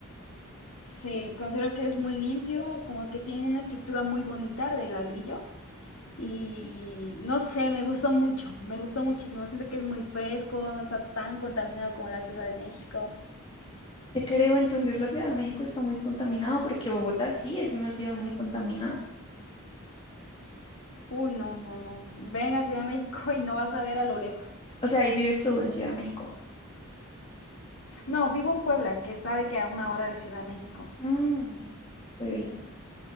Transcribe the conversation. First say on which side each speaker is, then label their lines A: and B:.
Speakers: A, on the left; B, on the left.
A: Sí, considero que es muy limpio, como que tiene una estructura muy bonita de ladrillo. Y
B: Ujú.
A: no sé, me gustó mucho, me gustó muchísimo. Siento que es muy fresco, no está tan contaminado como la Ciudad de México.
B: Te creo, entonces la Ciudad de México está muy contaminada porque Bogotá sí es una ciudad muy contaminada.
A: Uy, no, no, no. Ven a Ciudad de México <laughs> y no vas a ver a lo lejos.
B: O sea, ahí vives tú en Ciudad de México.
A: No, vivo en Puebla, que está de que a una hora de Ciudad de México.
B: Mm, Puebla.